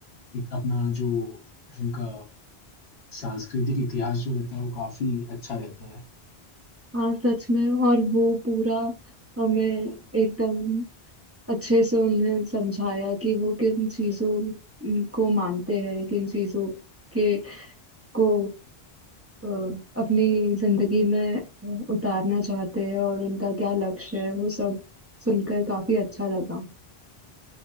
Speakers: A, on the left; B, on the right.
A: इत- अपना जो उनका सांस्कृतिक इतिहास जो रहता है वो काफी अच्छा रहता है
B: हाँ सच में और वो पूरा हमें एकदम अच्छे से उन्हें समझाया कि वो किन चीजों उम, को मानते हैं किन चीजों के को अ, अपनी जिंदगी में अ, उतारना चाहते हैं और उनका क्या लक्ष्य है वो सब सुनकर काफी अच्छा लगा